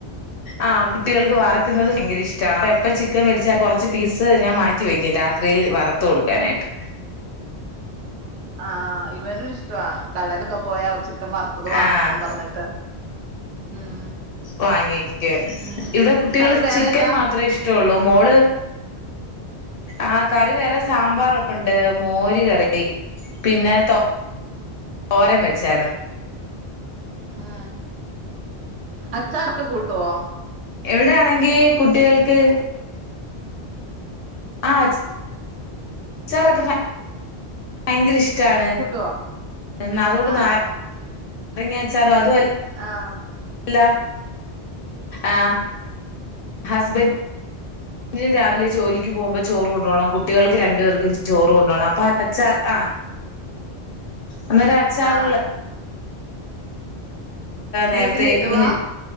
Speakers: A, on the left (about 60°); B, on the right (about 75°).
A: ആ കുട്ടികൾക്ക് വറക്ക്ന്നത് ഭയങ്കര ഇഷ്ടമാണ് അപ്പൊ എപ്പ ചി ക്കൻ മേടിച്ചാല് കൊറച്ച് പീസ് ഞാൻ മാറ്റി വെക്കും രാത്രിയിൽ വറത്ത് കൊടുക്കാനായിട്ട്
B: ആ ഇ വനും ഇഷ്ടവാണ് കടെലൊക്കെ പോയാ അവൻ ചിക്കൻ വറുത്തത് വാങ്ങാന്ന്
A: ആഹ്
B: പറഞ്ഞിട്ട് ഉം
A: വാങ്ങിക്ക്
B: ഉം
A: ഇവിടെ കുട്ടികള്
B: കറി വേറെ
A: ചിക്കൻ
B: എന്താ
A: മാത്രേ ഇഷ്ടള്ളൂ മോള് ആ കറി വേറെ സാമ്പാറ് ണ്ട് മോര് കറി പിന്നെ തോ രൻ വെച്ചായിരുന്നു
B: ആ അച്ചാറൊക്കെ കൂട്ടുവോ
A: ഇവിടെ ആണെങ്കിൽ കുട്ടികൾക്ക് ആ അച് ചാറൊക്കെ <unintelligible> ഭയങ്കര ഇഷ്ടാണ്
B: കൂട്ടുവോ
A: എന്ന അതുകൊണ്ട്
B: ആഹ്
A: നാ രങ്ങാ ച്ചാർ അതു അ
B: ആഹ്
A: ല്ല ആ ഹസ്ബൻ ഡിന് രാവിലെ ജോലിക്ക് പോവുമ്പോ ചോറ് കൊണ്ടു പോണം കുട്ടികൾക്ക് രണ്ടുപേർ ക്കും ചോറ് കൊണ്ടോണം അപ്പ ച്ചാർ ആ അന്നേരം അച്ചാറുകൾ
B: ആ വീട്ടില്
A: നേരത്തെ
B: ഇടുവാ?
A: ഇങ്ങനെ